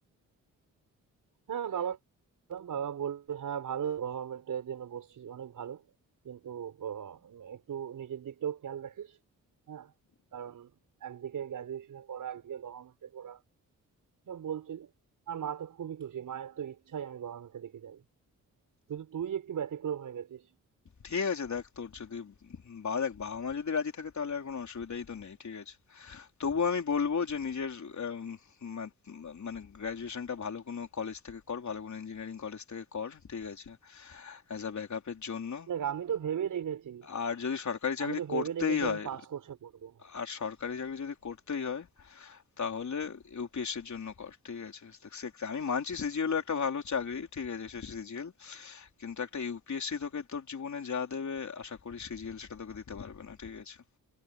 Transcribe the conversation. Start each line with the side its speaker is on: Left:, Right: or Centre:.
Right: হ্যাঁ, বাবাকে বললাম, বাবা বলল, "হ্যাঁ, ভালো গভর্নমেন্ট এর জন্য বসছিস, অনেক ভালো। কিন্তু অ একটু নিজের দিকটাও খেয়াল রাখিস।" হ্যাঁ? কারণ একদিকে গ্র্যাজুয়েশনে পড়া, একদিকে গভর্নমেন্টে পড়া, এসব বলছিল। আর মা তো খুবই খুশি। মায়ের তো ইচ্ছাই আমি গভর্নমেন্টের দিকে যাই। শুধু তুই একটু ব্যতিক্রম হয়ে গেছিস।
Left: ঠিক আছে দেখ তোর যদি বা দেখ বাবা মা যদি রাজি থাকে তাহলে আর কোনো অসুবিধাই তো নেই ঠিক আছে। তবুও আমি বলবো যে নিজের আম, মা- মানে গ্র্যাজুয়েশনটা ভালো কোনো কলেজ থেকে কর ভালো কোনো ইঞ্জিনিয়ারিং কলেজ থেকে কর ঠিক আছে অ্যাজ আ ব্যাকআপের জন্য
Right: দেখ আমি তো ভেবেই রেখেছি
Left: আর যদি সরকারি চাকরি
Right: আমি তো ভেবে
Left: করতেই
Right: রেখেছি
Left: হয়
Right: আমি পাস কোর্সে পড়বো
Left: আর সরকারি চাকরি যদি করতেই হয় তাহলে ইউপিএসসির জন্য কর ঠিক আছে সে- আমি মানছি সিজিএল একটা ভালো চাকরি ঠিক আছে সে সিজিএল কিন্তু একটা ইউপিএসসি তোকে তোর জীবনে যা দেবে আশা করি সিজিএল সেটা তোকে দিতে পারবে না ঠিক আছে